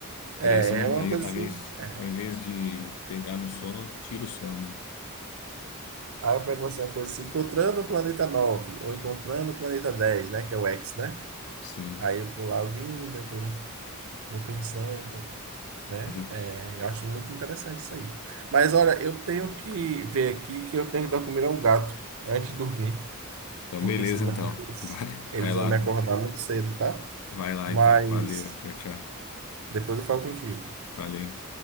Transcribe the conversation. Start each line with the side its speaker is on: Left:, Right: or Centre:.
Left: Porque
Right: É,
Left: daí você não.
Right: é uma
Left: Aí,
Right: coisa
Left: ao
Right: assim.
Left: invés,
Right: é.
Left: ao invés de pegar no sono, tira o sono, né?
Right: Aí eu pego assim, uma coisa assim, encontrando o planeta 9 ou encontrando o planeta 10, né? Que é o X, né?
Left: Sim.
Right: Aí eu vou lá ouvindo, eu vou, vou pensando, né?
Left: Mas en-
Right: É, eu acho muito interessante isso aí. Mas olha, eu tenho que ver aqui que eu tenho que dar comida ao gato antes de dormir,
Left: então,
Right: porque
Left: beleza,
Right: senão
Left: então.
Right: eles,
Left: <laughs> Vai,
Right: eles
Left: vai lá.
Right: vão me acordar muito cedo, tá?
Left: Vai lá,
Right: Mas
Left: então. Valeu. Tchau, tchau.
Right: depois eu falo contigo.
Left: Valeu.